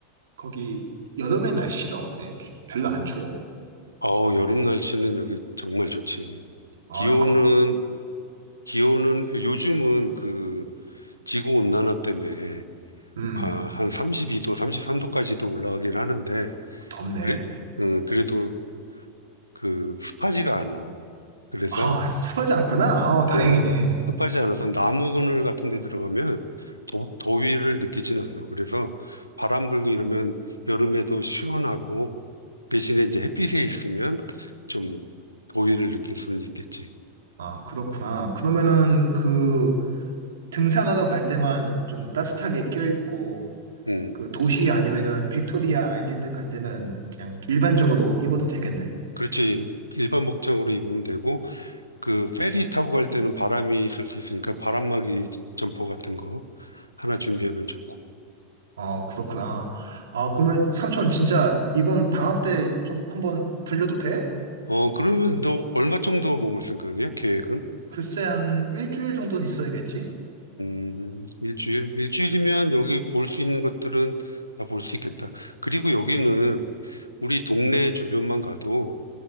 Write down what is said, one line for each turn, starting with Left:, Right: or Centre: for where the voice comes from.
Right: 거기, 여름에 날씨가 어때? 주- 별로 안 추워?
Left: 어우, 여름 날씨는 여기 정말 좋지.
Right: 아,
Left: 기온은
Right: 거,
Left: 기온은 요즘은 그 지구 온난화 때문에
Right: 음,
Left: 아, 한 32도, 33도까지도 올라가긴 하는데
Right: 덥네.
Left: 그래? 어, 그래도 그 습하지가 않아. 그래서
Right: 아, 습하지 않구나. 아, 다행이네.
Left: 어, 습하지 않아서 나무 그늘 같은 데 들어가면 더, 더위를 느끼지는 않아. 그래서 바람 불고 이러면 여름에도 시원하고 대신에 이제 햇빛에 있으면 좀 더위를 느낄 수는 있겠지.
Right: 아, 그렇구나. 그러면은 그 등산하러 갈 때만 좀 따뜻하게 껴입고
Left: 음,
Right: 그 도시 아니면은 빅토리아 아일랜드 갈 때는 그냥 일반적으로 입어도 되겠네.
Left: 그렇지. 일반 복장으로 입으면 되고 그 페리 타고 갈 때는 바람이 있을 수 있으니까 바람막이 점퍼 같은 거 하나 준비하면 좋고.
Right: 아, 그렇구나. 아, 그러면 삼촌 진짜 이번 방학 때 좀 한번 들려도 돼?
Left: 어, 그러면 너 얼마 정도 머물 생각이야? 계획은?
Right: 글쎄 한 일주일 정도는 있어야겠지?
Left: 음, 일주일? 일주일이면 여기 볼 수 있는 것들은 다 볼 수 있겠다. 그리고 여기는 우리 동네 주변만 가도